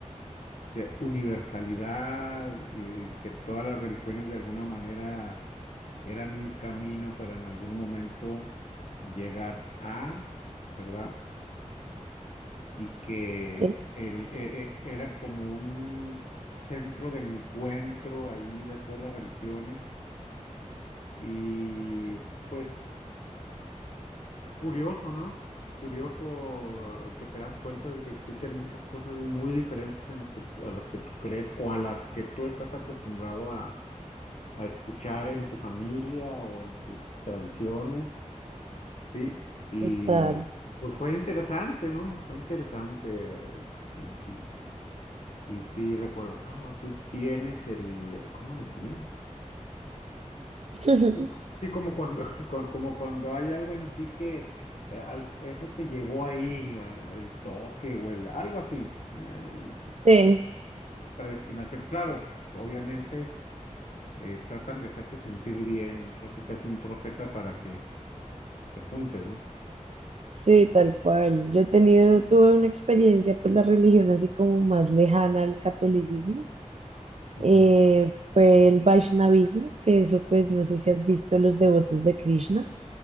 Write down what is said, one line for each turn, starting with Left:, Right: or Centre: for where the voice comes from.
Left: de universalidad y de que todas las religiones de alguna manera eran un camino para en algún momento llegar a, ¿verdad? Y que
Right: Sí.
Left: el, e- e- era como un centro de encuentro ahí de todas las religiones y pues curioso, ¿no? Curioso eh, que te das cuenta de que existen muchas cosas muy diferentes en las que, tú- a las que tú crees o a las que tú estás acostumbrado a, a escuchar en tu familia o en tus tradiciones Sí, y
Right: Total.
Left: pues fue interesante, ¿no? Fue interesante. Y, y, y sí, recuerdo, no, tú tienes el, ¿cómo decían?
Right: <laughs>
Left: Sí, sí, como cuando, <laughs> cua- como cuando hay algo en ti que eh, al- eso te llevó ahí, ¿verdad? El toque o el, algo así, el-
Right: Sí,
Left: la predestinación. Claro, pues, obviamente eh, tratan de hacerte sentir bien, casi casi un profeta para que te juntes, ¿no?
Right: Sí, tal cual. Yo he tenido, tuve una experiencia, pues la religión así como más lejana al catolicismo,
Left: Ujú.
Right: eh, fue el Vaishnavismo, que eso pues no sé si has visto los devotos de Krishna.